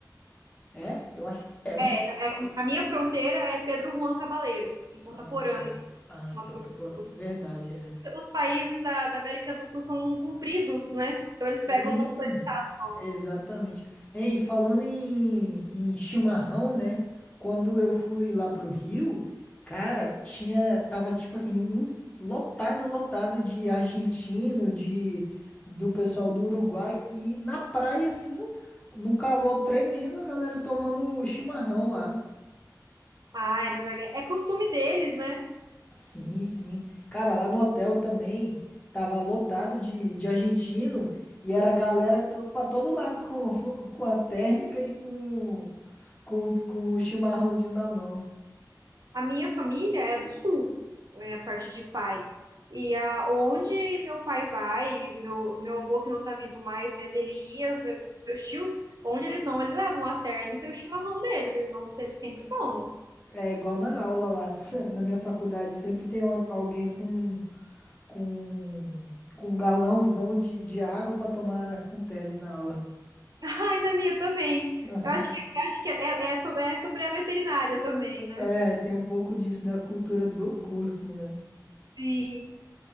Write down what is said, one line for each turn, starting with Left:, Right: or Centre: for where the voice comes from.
Left: É? Eu acho que é.
Right: É, é- a minha fronteira é Pedro Juan Cabaleiro, em Ponta
Left: Ah,
Right: Porã,
Left: tá.
Right: em
Left: Ai,
Right: Mato
Left: ponta
Right: Grosso
Left: por...
Right: do Sul.
Left: Verdade, é.
Right: Os países da, da América do Sul são compridos, né? Então
Left: Sim,
Right: eles pegam bastante tato nosso.
Left: exatamente. Ei, falando em, em chimarrão, né? Quando eu fui lá pro Rio, cara, tinha, tava tipo assim, em- lotado, lotado de argentino, de do pessoal do Uruguai e na praia assim, num calor tremendo, a galera tomando chimarrão lá.
Right: Ah, é, mas é, é costume deles, né?
Left: Sim, sim. Cara, lá no hotel também tava lotado de, de argentino e era galera pra todo lado com, <laughs> com a térmica e com, com, com o chimarrãozinho na mão.
Right: A minha família é do sul, é a parte de pai. E a, onde meu pai vai, meu, meu avô que não tá vivo mais, mas ele ia, os meus, meus tios, onde eles vão, eles levam a térmica e o chimarrão deles, eles não, eles sempre tomam.
Left: É igual na aula lá, <laughs> na minha faculdade, sempre tem al- alguém com, com, com um galãozão de, de água pra tomar com Teles na aula.
Right: <laughs> Ai, na minha também.
Left: <laughs>
Right: Eu acho que, eu acho que é, é, é sobre, é sobre a veterinária também, né?
Left: É, tem um pouco disso da cultura do curso, né?
Right: Sim.